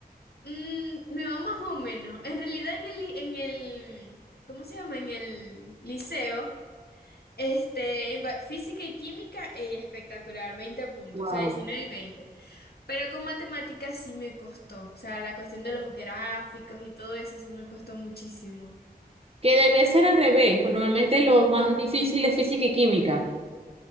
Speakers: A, on the left; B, on the right.
A: Mm, me va más o menos. En realidad en el, li- en el, ¿cómo se llama? En el liceo, este, en ba- física y química, ella espectacular, veinte puntos,
B: Wow.
A: o sea, 19 y 20. Pero con matemáticas sí me costó. O sea, la cuestión de los gráficos y todo eso, eso me costó muchísimo.
B: Que debe ser al revés, pues normalmente lo más difícil es física y química.